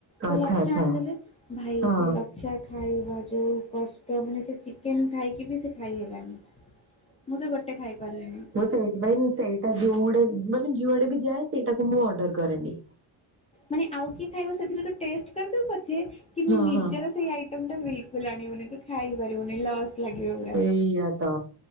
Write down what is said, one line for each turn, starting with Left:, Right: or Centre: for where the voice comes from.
Left: ତ
Right: ଆଚ୍ଛା
Left: ଲଚ୍ଛା
Right: ଆଚ୍ଛା
Left: ଆଣିଦେଲେ ଭାଇ
Right: ହଁ
Left: ସେ ଲ ଚ୍ଛା ଖାଇବା ଯୋଉ କଷ୍ଟ ମାନେ ସେ ଚିକେନ୍ ଥାଇକି ବି ସେ ଖାଇ ହେଲାନି। ମୁଁ ତ ଗୋଟେ ଖାଇ ପାରିଲିିନି।
Right: ସେଇଥିପାଇଁ ମୁଁ ସେଇଟା ଯୋଉ ଗୋଟେ ମାନେ ଯୁଆଡ଼େ ବି ଯାଏ ସେଇଟାକୁ ମୁଁ ଅର୍ଡର କରେନି।
Left: ମାନେ ଆଉ କିଏ ଖାଇବ ସେଥିରୁ ତୁ ଟେଷ୍ଟ କରିଦବୁ ପଛେ କିନ୍ତୁ
Right: ହଁ
Left: ନିଜର
Right: ହଁ।
Left: ସେଇ ଆଇଟମ୍ ଟା ବିଲକୁଲୁ ଆଣିବୁନି ତୁ ଖାଇ ପାରିବୁନି ଲସ୍। ଲାଗିବ
Right: ସେଇଆ
Left: ପୁରା।
Right: ତ